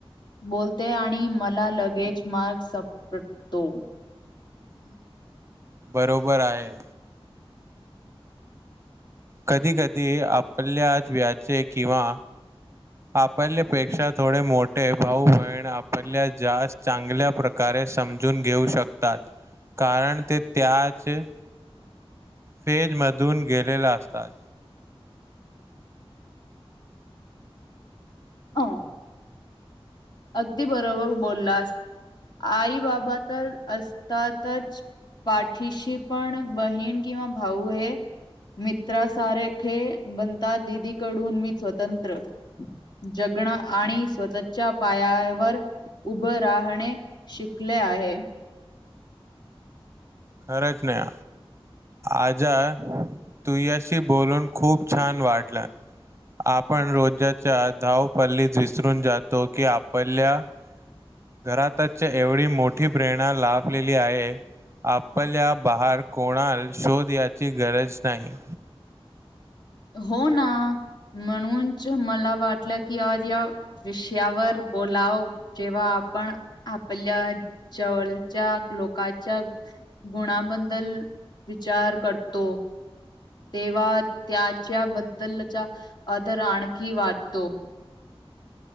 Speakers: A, on the left; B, on the right.
A: बोलते आणि मला लगेज मार्ग सापडतो. <unintelligible>
B: बरोबर आहे. कधी कधी आपल्याच व्याचे किंवा आपल्यापेक्षा थोडे मोठे भाऊ बहिण आपल्या जास्त चांगल्या प्रकारे समजून घेऊ शकतात कारण ते त्याचे फेजमधून गेलेला असतात.
A: अ अगदी बरोबर बोललास. आई बाबा तर असतातच, पाठीशी पण बहीण किंवा भाऊ हे मित्रा सारेखे बनता दिदी कडून मी स्वतंत्र जग जगणे आणि स्वतःच्या पायावर उभं राहणे शिकले आहे.
B: खरंच नाही. आजा तुझ्याशी बोलून खूप छान वाटलं. आपण रोजाच्या धावपल्लीत विसरून जातो की आपल्या घरातच एवढी मोठी प्रेरणा लाभलेली आहे. आपल्या बाहेर कोणाल शोध याची गरज नाही.
A: हो ना. म्हणूनच मला वाटलं की आज या विषयावर बोलाव जेव्हा, आपण आपल्या जवळच्या लोकांच्या गुणाबद्दल विचार करतो तेव्हा त्याच्या बद्दलचा आदर आणखी वाटतो.